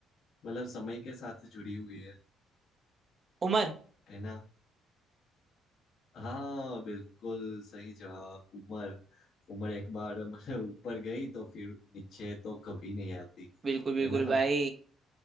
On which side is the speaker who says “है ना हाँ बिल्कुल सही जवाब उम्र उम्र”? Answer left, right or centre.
Left